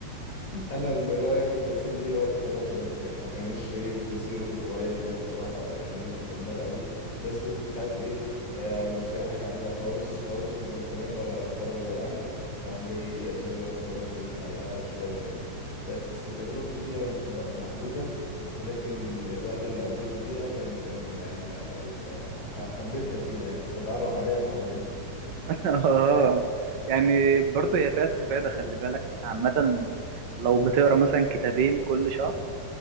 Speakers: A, on the left (about 50°); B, on the right (about 80°).
A: انا اللي رايي كنت بسلي بيها وقت فراغي بس يعني ما كانش ايه في صيغه الهوايات يعني بصراحه يعني ايه مفضله قوي بس كنت ساعات ايه آه، ما مش لاقي حاجه اعملها خالص خالص حلو الكلام ولا اتفرج ولا اعمل اقوم جاي ايه اسلي وقت فراغي بان انا إيه اقرا شويه كده بس تجربتي فيها م- محدوده ولكن الوقت اللي قضيته فيها كان كان يعني آه، ح- حبيتها فيها يعني كنت بتعرف عليها فحبيتها
B: اه يعني برضه هي فيها استفادة خلي بالك انت عامة لو بتقرا مثلا كتابين كل شهر